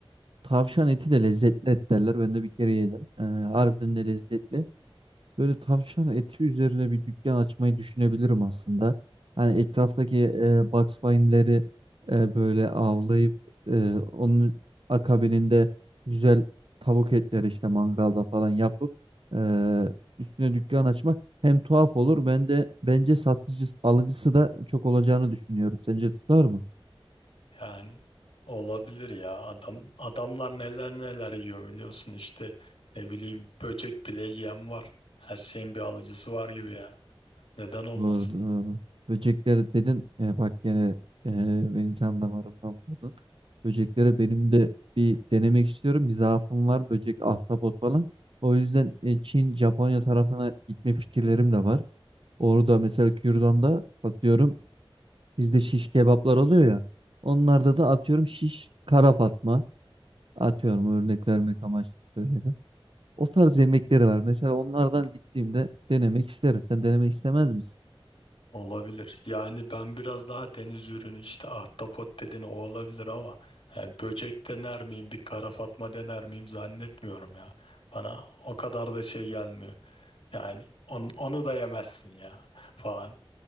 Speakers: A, on the right (about 60°); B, on the left (about 65°).
A: tavşan eti de lezzetli et derler. Ben de bir kere yedim. E, harbiden de lezzetli. Böyle tavşan eti üzerine bir dükkan açmayı düşünebilirim aslında. Hani etraftaki e, Bugs Bunny'leri e, böyle avlayıp e, onun akabininde güzel tavuk etleri işte mangalda falan yapıp e, üstüne dükkan açmak hem tuhaf olur ben de bence satıcısı alıcısı da çok olacağını düşünüyorum. Sence tutar mı?
B: yani olabilir ya adam adamlar neler neler yiyor biliyorsun işte ne bileyim böcek bile yiyen var. Her şeyin bir alıcısı var gibi ya. Neden olmasın?
A: Doğru doğru. Böcekleri dedin ya bak gene e, beni can damarımdan vurdun. Böcekleri benim de bir denemek istiyorum. Bir zaafım var böcek ahtapot falan. O yüzden e, Çin Japonya tarafına gitme fikirlerim de var. Orada mesela Kürdan'da atıyorum bizde şiş kebaplar oluyor ya. Onlarda da atıyorum şiş kara fatma. Atıyorum örnek vermek amaçlı söyledim. O tarz yemekleri var. Mesela onlardan gittiğimde denemek isterim. Sen denemek istemez misin?
B: Olabilir. Yani ben biraz daha deniz ürünü işte ahtapot dedin o olabilir ama yani böcek dener miyim, bir kara fatma dener miyim zannetmiyorum ya. Bana o kadar da şey gelmiyor. Yani on- onu da yemezsin ya falan.